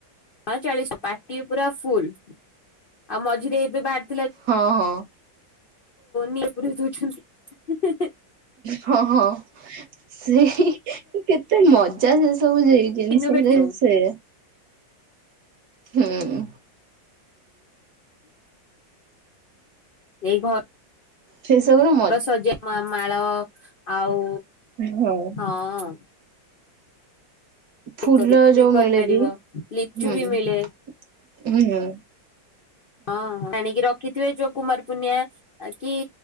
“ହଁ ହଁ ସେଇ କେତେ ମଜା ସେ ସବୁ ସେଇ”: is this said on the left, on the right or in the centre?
Right